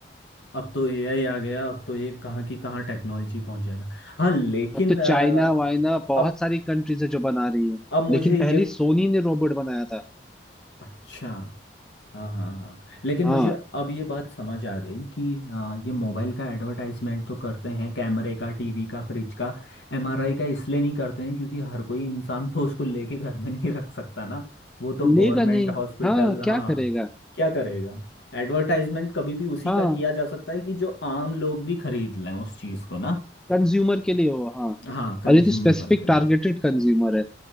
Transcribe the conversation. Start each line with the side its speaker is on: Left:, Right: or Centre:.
Left: अब तो एआई आ गया अब तो ये कहाँ की कहाँ टेक्नोलॉजी पहुंच जाएगा हाँ लेकिन
Centre: अब तो चाइना
Left: अ,
Centre: वाइना बहुत
Left: अब
Centre: सारी कंट्रीज है जो बना रही है
Left: अब मुझे
Centre: लेकिन
Left: ये
Centre: पहले सोनी ने रोबोट बनाया था
Left: अच्छा हाँ हाँ हाँ लेकिन
Centre: हाँ
Left: मुझे अब ये बात समझ आ गई कि हाँ, ये मोबाइल का एडवर्टाइजमेंट तो करते हैं कैमरे का टीवी का फ्रिज का एमआरआई का इसलिए नहीं करते हैं क्योंकि हर कोई इंसान तो उसको लेके घर में नहीं <laughs> रख सकता ना वो तो
Centre: लेगा
Left: गवर्नमेंट
Centre: नहीं
Left: हॉस्पिटल
Centre: हाँ
Left: हाँ
Centre: क्या करेगा
Left: क्या करेगा एडवर्टाइजमेंट कभी भी उसी
Centre: हाँ
Left: का किया जा सकता है कि जो आम लोग भी खरीद लें उस चीज़ को ना
Centre: कंज्यूमर के लिए हो हाँ
Left: हाँ कंज्यूमेबल
Centre: और ये तो स्पेसिफिक
Left: के लिए
Centre: टारगेटेड कंज्यूमर है